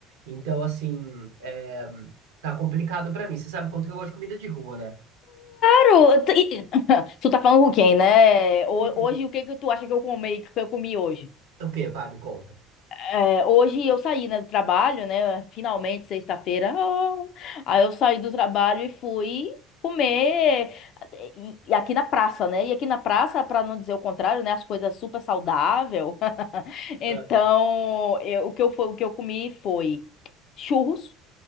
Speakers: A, on the right (about 65°); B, on the left (about 50°).
A: Então, assim, é, tá complicado pra mim. Você sabe quanto que eu gosto de comida de rua, né?
B: Claro, tu e- <laughs> tu tá falando com quem, né? Ho-
A: Hum.
B: Hoje, o que que tu acha que eu comi, que eu comi hoje?
A: O quê? Vai, me conta.
B: É, hoje eu saí, né, do trabalho, né? Finalmente, sexta-feira. Ah, aí eu saí do trabalho e fui comer e, e aqui na praça, né? E aqui na praça, pra não dizer o contrário, né? As coisas super saudável. <laughs> Então,
A: Ah,
B: eu- o que eu, foi, o que eu comi foi churros.